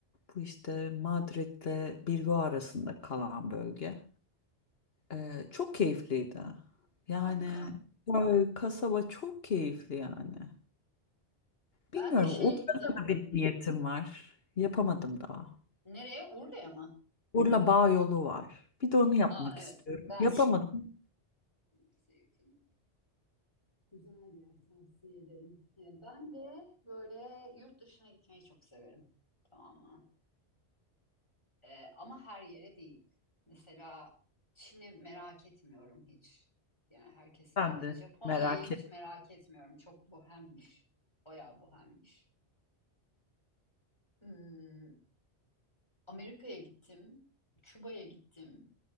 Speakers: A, on the left; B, on the left.
A: Bu işte Madrid'le Bilbao arasında kalan bölge. Ee, çok keyifliydi. Yani
B: Harika.
A: köy, kasaba çok keyifli yani. Bilmiyorum.
B: Ben de şeye
A: Urla'da
B: gittim.
A: da bir niyetim var. Yapamadım daha.
B: Nereye? Urla'ya mı?
A: Urla Bağ yolu var. Bir de onu yapmak
B: Aa evet.
A: istiyorum.
B: Ben
A: Yapamadım.
B: bize yakın. Güzel bir yer tavsiye ederim. Ee, Ben de böyle yurt dışına gitmeyi çok severim. Tamam mı? Ee, ama her yere değil. Mesela Çin'i merak etmiyorum hiç. Yani herkes merak...
A: Ben de
B: Japonya'yı
A: merak
B: hiç
A: ettim.
B: merak etmiyorum. Çok bohemmiş. Bayağı bohemmiş. Hmm, Amerika'ya gittim. Küba'ya gittim.